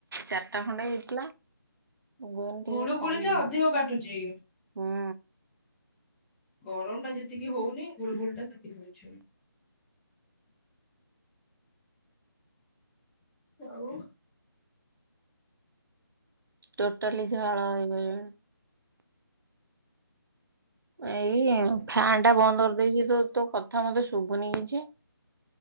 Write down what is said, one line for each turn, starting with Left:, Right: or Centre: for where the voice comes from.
Right: ଚାରଟା ଖଣ୍ଡେ ହେଇଥିଲା ଗରମ୍ ଟିକେ
Centre: ଗୁଳୁ ଗୁଳି
Right: କମ୍
Centre: ଟା ଅଧିକ କାଟୁଛି
Right: ହୁଁ
Centre: ଗରମ୍ ଟା ଯେତିକି ହୋଉନି ଗୁଳୁଗୁଳି
Right: ହୁଁ
Centre: ଟା ସେତିକି ହୋଉଛି। ଆଉ
Right: ଟୋଟାଲି ଝାଳ ହେଇଗଲିଣି।
Centre: ପୋଛେଇ
Right: ଏଇ
Centre: ପଡ
Right: ଫ୍ୟାନ୍ ଟା ବନ୍ଦ କରିଦେଇଛି ତୁ ତୋ କଥା ମତେ ଶୁଭୁନି କିଛି